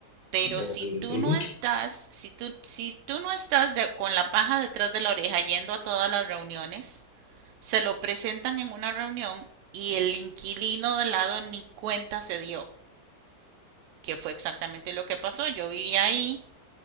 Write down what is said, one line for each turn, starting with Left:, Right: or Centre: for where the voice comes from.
Right: Pero
Left: Y el-
Right: si tú
Left: ujú.
Right: no estás, si tú, si tú no estás de- con la paja detrás de la oreja yendo a todas las reuniones, se lo presentan en una reunión y el inquilino de lado ni cuenta se dio, que fue exactamente lo que pasó. Yo vivía ahí,